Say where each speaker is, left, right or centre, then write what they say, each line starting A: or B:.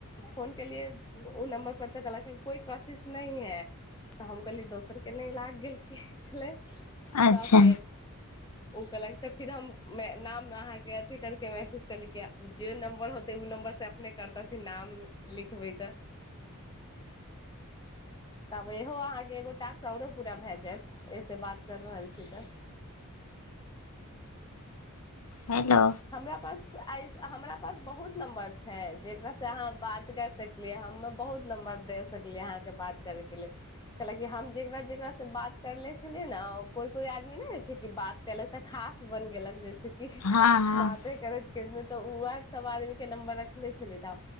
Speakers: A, on the left; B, on the left.
A: फोन केलिए ओ नम्बर पर त कहलाखिन कोइ कोशिश नहिह है। तऽ हम कहलियै दोसरके नहि लागि गेलकै छलै।
B: अच्छा
A: तब फेर ओ कहल तऽ फेर हम नाम अहाँके अथी करके मैसेज कलेके, जे नम्बर होते ओ नम्बर से अपने करतथिन नाम लिखबै तऽ तब इहो अहाँके एगो टास्क आओरो पूरा भए जायत एहिसँ बात कर रहल छी तऽ
B: हेलो
A: हमरा पास ऐ हमरा पास बहुत नम्बर छै जेकररा से अहाँ बात कर सक लिए हमे बहुत नम्बर दे सकलियै अहाँके बात करैके ल लेल। कलकि हम जेकरा जेकास से बात करले छलियै ने कोइ- कोइ आदमी नहि छै कि बात केलक तऽ खास बन गेलक जैसेकि
B: हँ हँ
A: बाते कर तऽ उएह सब आदमी के नम्बर रखले छलै तऽ।